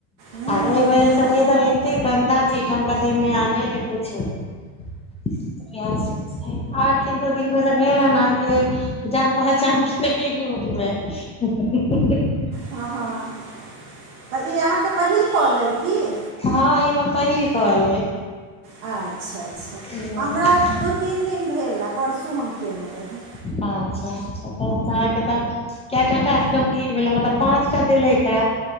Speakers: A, on the right; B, on the left.
A: हूँ
B: आ ओय
A: हूँ
B: वजह सँ वेदर एते गंन्दा छैय एहिठाम का ते में आहाँ के जे पुछु नै- - यै सब छैई कहलखिन -- दो दिन पैसा भे अना के जान पहचान की नै लोक रहै उहु। हू- हू -हू- -
A: हँ- हँ- - सखी आहाँके पहिल कॉल अय की- -
B: हँ ई हमर पहिल कॉल
A: अच्छा -अच्छा
B: अछि
A: हमरा दू तीन दिन भेल परसू हम केने रहिये।
B: अच्छा-अच्छा तहन आहाँ के त- - केय टा टास्क कमप्लिट भेल मतलब पाँचटा देले थै।